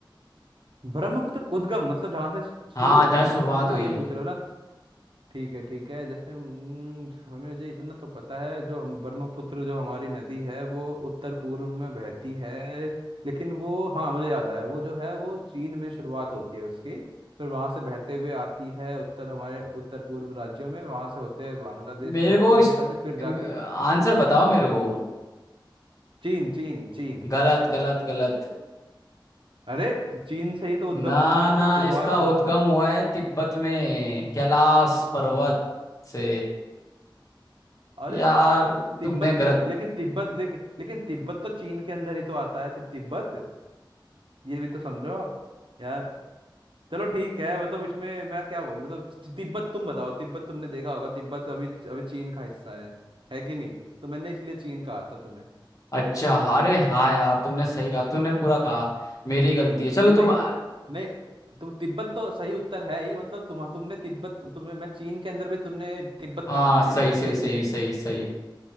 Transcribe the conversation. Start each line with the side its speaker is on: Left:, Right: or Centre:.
Right: ब्रह्मपुत्र उद्गम मतलब जहाँ से शु-
Left: हाँ
Right: शुरू होता
Left: जहाँ शुरुआत
Right: है है ना
Left: हुई
Right: ये पूछ रहे हो ना ठीक है ठीक है जैसे हम्म, हमें मुझे इतना तो पता है जो हम ब्रह्मपुत्र जो हमारी नदी है वो उत्तर पूर्व में बहती है लेकिन वो हाँ मुझे याद आया वो जो है वो चीन में शुरुआत होती है उसकी फिर वहां से बहते हुए आती है उत्तर हमारे उत्तर पूर्व राज्यों में वहां से होते हुए बांग्लादेश
Left: मेरे
Right: में होती
Left: को
Right: है
Left: इस
Right: मेरे ख्याल से फिर जाके
Left: आंसर बताओ मेरे को
Right: चीन चीन चीन
Left: गलत गलत गलत
Right: अरे तो चीन से ही तो उद्गम
Left: ना
Right: होता है मतलब
Left: ना
Right: शुरुआत
Left: इसका
Right: होती
Left: उद्गम हुआ है तिब्बत में कैलाश पर्वत से
Right: अरे
Left: यार
Right: तिब्बत
Left: तुमने गलत
Right: ले, लेकिन तिब्बत ले, लेकिन तिब्बत तो चीन के अंदर ही तो आता है तिब्बत ये भी तो समझो आप यार चलो ठीक है मतलब इसमें मैं क्या बोलूं मतलब ति- तिब्बत तुम बताओ तिब्बत तुमने देखा होगा तिब्बत अभी अभी चीन का हिस्सा है है कि नहीं तो मैंने इसलिए चीन कहा था तुम्हें
Left: अच्छा अरे हाँ यार तुमने सही कहा तुमने पूरा कहा मेरी गलती है चलो
Right: तू
Left: तुम
Right: नहीं वो नहीं तुम तिब्बत तो सही उत्तर है ही मतलब तुम तुमने तिब्बत तुमने मैं चीन के अंदर भी तुमने तिब्बत
Left: हाँ
Right: का नाम
Left: सही
Right: ले लिया मतलब
Left: सही
Right: एक
Left: सही
Right: तरीके से
Left: सही सही